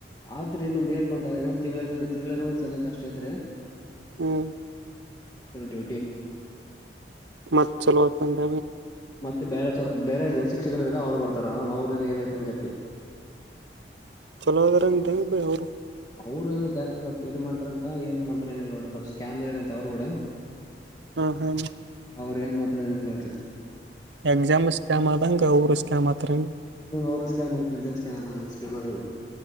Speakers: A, on the left; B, on the right.
A: ಆದ್ರೆ ಇನ್ನೊ ಹೇಗ್ ಬಂದ ಇನ್ನೊ ತಿಂಗಳ <unintelligible> ತಿಂಗಳ ಇರ್ಬಾಕು ಸನಿಕ್ ಕಷ್ಟೇ ಐತ್ರಿ
B: ಹ್ಮ್
A: ಡ್ಯೂಟಿ
B: <inaudible> ಮತ್ತ ಚಲತಂದ
A: ಮತ್ತೆ ಬೇರೆ ಸರ್ ಬೇ ಶಿಕ್ಷಕರ ಇದ್ರೆ ಅವರು ಬರ್ತಾರಾ ಅವ್ರ ದಿನ ಏನಐತಿ ಅನ್ ಕತ್ತಿ
B: ಚಲೋ ಅದ ರಂಗೇ ಬ ಅವರು
A: ಅವ್ರು ಏನು ಜಾಸ್ತಿ ಸ್ವಲ್ಪ ಇದು ಮಾಡ್ತಾರಂತ ಏನ್ ಮಾಡ್ತ ಸ್ಕ್ಯಾಮ್ ಅಂತ ಅವ್ರು ಕೂಡ
B: ಹ ಹ
A: ಅವ್ರು ಏನ್ ಮಾಡ್ತಾರ ಏನಿಲ್ಲ ನೋಡ್ರಿ
B: ಎಕ್ಸಾಮ್ ಸ್ಕಾಮ್ ಆದಂಗ ಅವರು ಸ್ಕಾಮ್ ಆದ ಕತ್ರಮ್
A: ಹ್ಮ ಅವ್ರು ಸ್ಕ್ಯಾನ್ ಮಾಡರೆ ಸ್ಕ್ಯಾನ್